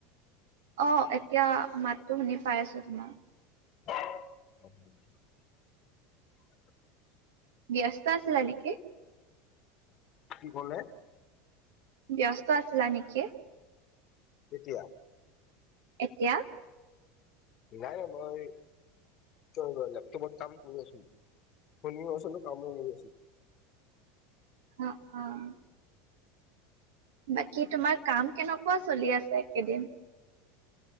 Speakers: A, on the right; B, on the left.
A: অ', এতিয়া মাততো শুনি পাইছো তোমাৰ।
B: <unintelligible>
A: ব্যস্ত আছিলা নেকি?
B: কি ক'লে?
A: ব্যস্ত আছিলা নেকি?
B: কেতিয়া?
A: এতিয়া?
B: নাই মই এই লেপটপত কাম কৰি আছিলোঁ, শুনিও আছিলোঁ কামো কৰি আছিলোঁ।
A: অ', অ'। বাকী তোমাৰ কাম কেনেকুৱা চলি আছে এইকেদিন?